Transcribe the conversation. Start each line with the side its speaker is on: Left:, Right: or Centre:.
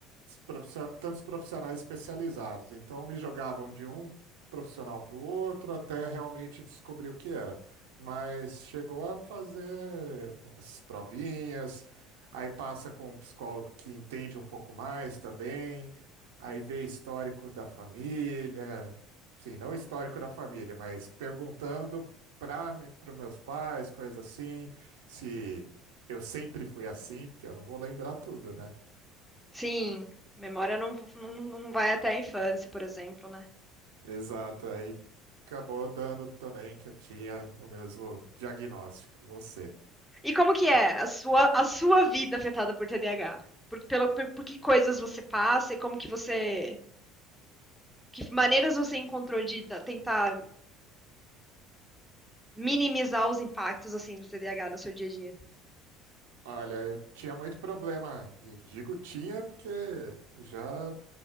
Right: profiss- tantos profissionais especializados. Então me jogavam de um profissional para o outro até realmente descobrir o que era. Mas chegou a fazer as provinhas, aí passa com um psicólogo que entende um pouco mais também, aí vê histórico da família, sim, não histórico da família, mas perguntando para para os meus pais, coisas assim, se eu sempre fui assim, porque eu não vou lembrar tudo, né?
Centre: Sim, memória não, não, não vai até a infância, por exemplo, né?
Right: Exato, aí acabou dando também que eu tinha o mesmo diagnóstico que você.
Centre: E como que é a sua, a sua vida afetada por TDAH? Por, pelo, por, por que coisas você passa e como que você... Que maneiras você encontrou de tentar minimizar os impactos assim do TDAH no seu dia a dia.
Right: Olha, eu tinha muito problema, e digo tinha porque já,